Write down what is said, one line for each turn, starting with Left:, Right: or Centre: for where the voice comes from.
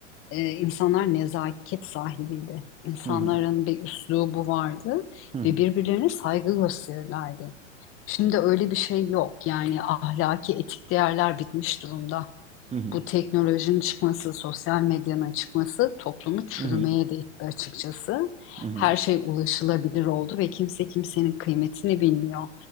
Left: Ee, insanlar nezaket sahibiydi. İnsanların
Right: Hı hı.
Left: bir üslubu vardı
Right: Hı hı.
Left: ve birbirlerine saygı gösterirlerdi. Şimdi öyle bir şey yok. Yani ahlaki etik değerler bitmiş durumda
Right: Hı hı.
Left: bu teknolojinin çıkması, sosyal medyanın çıkması toplumu çürümeye
Right: Hı hı.
Left: de itti açıkçası.
Right: Hı hı.
Left: Her şey ulaşılabilir oldu ve kimse kimsenin kıymetini bilmiyor.